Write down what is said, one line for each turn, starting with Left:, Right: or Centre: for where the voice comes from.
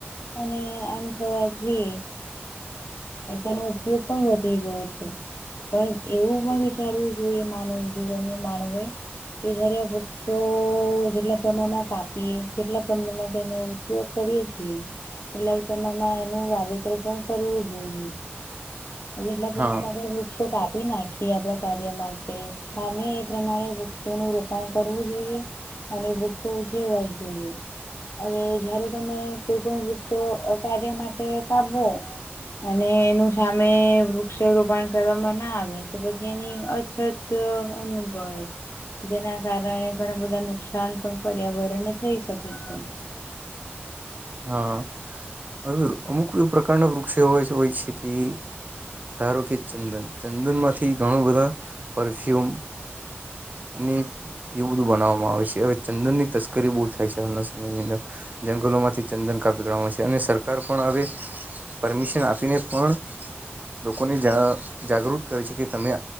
Left: અને આમ થવાથી તેનો ઉપયોગ પણ વધી ગયો છે. પણ એવું પણ વિચારવું જોઈએ માનવ જીવન માનવો એ કે જયારે આ વૃક્ષ ક્ષો જેટલા પ્રમાણમાં કાપીએ જેટલા પ્રમાણમાં તેનો ઉપયોગ કરીએ છીએ એટલે તમામાં એનું વાવેતર પણ કરવું જોઈએ એટલા પ્રમાણ
Right: હા
Left: મ વૃક્ષો કા નાખીએ આપડા કાર્ય માટે સામે એ પ્રમાણે વૃક્ષોનું રોપાણ કરવું જોઈએ અને વૃક્ષો જેવા જ જોઈએ અને જયારે તમે કોઈપણ વૃક્ષો કાર્ય માટે કાપવો. અને એનું સામે વૃક્ષ રોપણ કરવામાં ના આવે તો પછી એની અછત. તો અનુભવાઈ જેના કારણે ઘણા બધા નુકસાન પણ પર્યાવરણને થઈ શકે છે.
Right: હા અવે અમુક પ્રકારના વૃક્ષો હો હોય છે કે ધારો કે ચંદન ચંદનમાંથી ઘણું બધા પરફ્યુમ અને એવું બધું બનાવવામાં આવે છે હવે ચંદન ની તસ્કરી બહુ થાય છે હાલના સમયની અંદર જંગલોમાંથી ચંદન કાપી કાડવામાં છે અને સરકાર પણ હવે પરમિશન આપીને પણ લોકોને જા જાગૃત કરે છે કે તમે